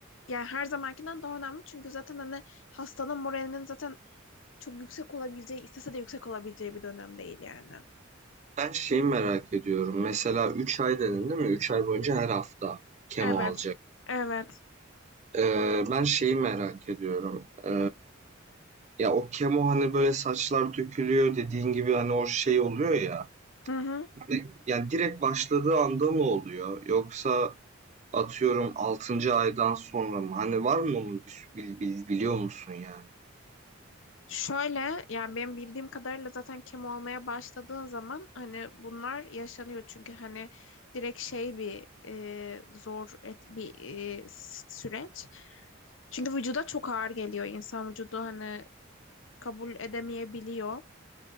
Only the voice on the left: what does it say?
yani her zamankinden daha önemli. Çünkü zaten hani hastanın moralinin zaten çok yüksek olabileceği, istese de yüksek olabileceği bir dönem değil yani.
Evet.
Evet.
Hı hı.
Şöyle yani benim bildiğim kadarıyla zaten kemo olmaya başladığın zaman hani bunlar yaşanıyor çünkü hani direkt şey bir e, zor et, bir e, s- süreç. Çünkü vücuda çok ağır geliyor. İnsan vücudu hani kabul edemeyebiliyor.